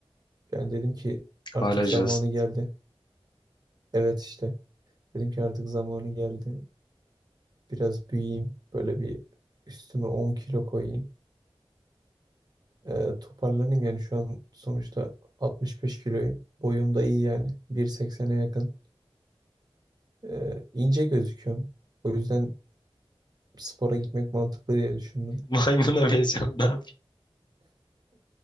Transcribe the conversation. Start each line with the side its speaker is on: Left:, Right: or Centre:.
Right: Yani dedim ki artık
Left: Hala cılızsın.
Right: zamanı geldi. Evet işte dedim ki artık zamanı geldi. Biraz büyüyeyim. Böyle bir üstüme 10 kilo koyayım. E, toparlanayım yani şu an sonuçta 65 kiloyum. Boyum da iyi yani. 1.80'e yakın. E, ince gözüküyorum. O yüzden spora gitmek mantıklı diye düşündüm.
Left: <laughs> Maymuna benziyorsun, ne yapayım?